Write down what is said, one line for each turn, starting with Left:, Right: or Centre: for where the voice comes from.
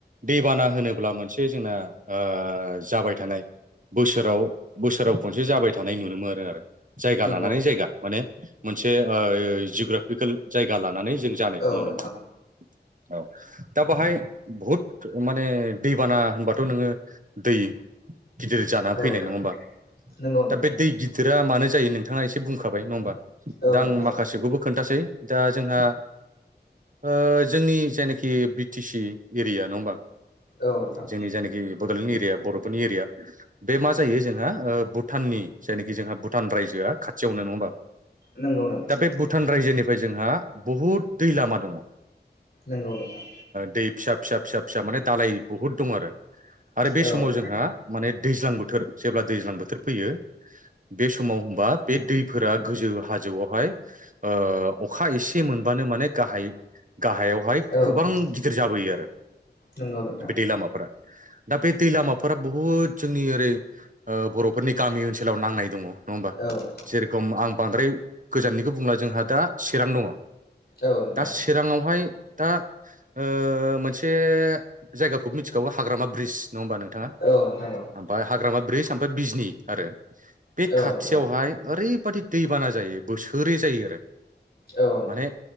Right: दैबाना होनोब्ला मोनसे जोंना ओ जाबाय थानाय बोसोराव बोसोराव खनसे जाबाय थानाय नुनो मोनो आरो आरो जायगा
Left: नंगौ
Right: लानानै
Left: नोंथां
Right: जायगा माने मोनसे ओ जिअग्राफिकेल जायगा लानानै जों जानायखौ
Left: औ
Right: नुनो
Left: नोंथां
Right: मोनो औ दा बाहाय बहुद माने दैबाना होनबाथ' नोङो दै गिदिर जानानै
Left: औ
Right: फैनाय
Left: नोंथां
Right: नङा होमबा
Left: नंगौ नोंथां
Right: दा बे दै गिदिरा मानो जायो नोंथाङा एसे बुंखाबाय नङा होमबा
Left: औ
Right: दा आं
Left: नोंथां
Right: माखासेखौबो
Left: औ
Right: खोनथासै दा जोंहा ओ जोंनि जायनाखि बि टि सि एरिया नङा होमबा
Left: औ नोंथां
Right: जोंनि जायनाखि बड'लेण्ड एरिया बर'फोरनि एरिया बे मा जायो जों ना भुटाननि जायनाखि जोंहा भुटान रायजोआ खाथियावनो नङा होमबा
Left: नंगौ नोंथां
Right: दा बे भुटान रायजोनि फ्राय जोंहा बहुद दै लामा दङ
Left: नोंगौ नोंथां
Right: दै फिसा फिसा फिसा फिसा माने दालाय बुहुद दं आरो आरो बे
Left: औ
Right: समाव
Left: नोंथां
Right: जोंहा माने दैज्लां बोथोर जेब्ला दैज्लां बोथोर फैयो बे समाव होनबा बे दैफोरा गोजौ हाजोआवहाय ओ अखा एसे मोन बानो माने गाहाय गाहायावहाय
Left: औ
Right: गोबां
Left: नोंथां
Right: गिदिर जाबोयो आरो
Left: नंगौ नोंथां
Right: बे दै लामाफोरा दा बे दै लामाफोरा बुहुद जोंनि ओरै ओ बर'फोरनि गामि ओनसोलाव नांनाय दङ नङा होमबा
Left: औ नोंथां
Right: जेरखम आं बांद्राय गोजाननिखौ बुंला जोंहा दा चिरां दङ
Left: औ नोंथां
Right: दा चिराङावहाय दा ओ मोनसे जायगाखौ मिथिखागौ हाग्रामा ब्रिज नङा होमबा नोंथाङा
Left: औ नोंथां औ
Right: ओमफ्राय हाग्रामा ब्रिज बिजनि आरो बे
Left: औ
Right: खाथियावहाय
Left: नोंथां
Right: ओरैबायदि दैबाना जायो बोसोरै जायो आरो
Left: औ नोंथां
Right: माने